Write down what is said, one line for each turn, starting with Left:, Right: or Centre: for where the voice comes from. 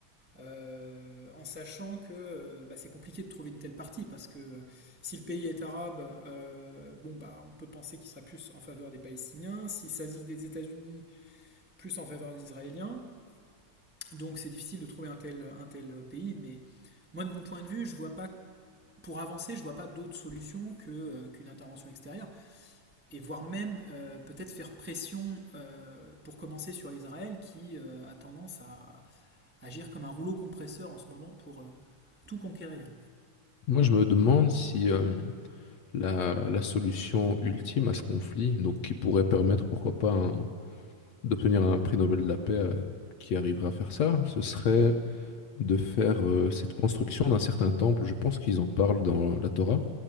Right: euh, en sachant que euh, bah, c'est compliqué de trouver une telle partie parce que euh, si le pays est arabe, euh, bon bah on peut penser qu'il sera plus en faveur des Palestiniens, s'il s'agit des États-Unis, plus en faveur des Israéliens. Donc c'est difficile de trouver un tel, un tel pays, mais moi de mon point de vue, je vois pas pour avancer, je vois pas d'autre solution que euh, qu'une intervention extérieure et voire même euh, peut-être faire pression euh, pour commencer sur Israël qui euh, a tendance à, agir comme un rouleau compresseur en ce moment pour euh, tout conquérir.
Left: Moi, je me demande si euh, la, la solution ultime à ce conflit, donc qui pourrait permettre, pourquoi pas, un- d'obtenir un prix Nobel de la paix euh, qui arriverait à faire ça, ce serait de faire euh, cette construction d'un certain temple. Je pense qu'ils en parlent dans la Torah,